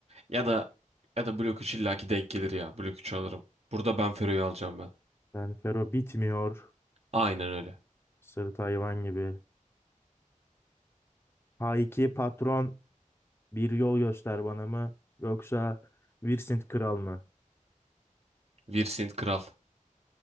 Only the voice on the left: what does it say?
Ben Fero bitmiyor.
Sırt hayvan gibi. H2 patron bir yol göster bana mı? Yoksa Vincent kral mı?